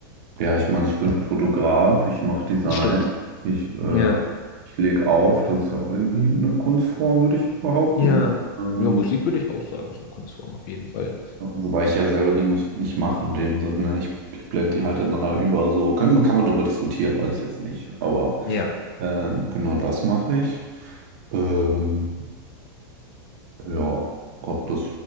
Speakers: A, on the right (about 55°); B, on the left (about 55°).
A: ja, ich meine, ich bin Fotograf, ich mache Design,
B: Stimmt.
A: ich, äh,
B: Ja,
A: ich lege auf. Das ist ja auch irgendwie eine Kunstform, würde ich behaupten.
B: ja.
A: Ähm,
B: Ja, Musik würde ich auch sagen, ist eine Kunstform auf jeden Fall.
A: wobei ich ja selber die Musik nicht mache in dem Sinne. ne? Ich, ich blende die halt ineinander über. So können, kann man darüber diskutieren, weiß ich jetzt nicht. Aber
B: Ja.
A: ähm, genau das mache ich. Ähm, Ja, glaub das.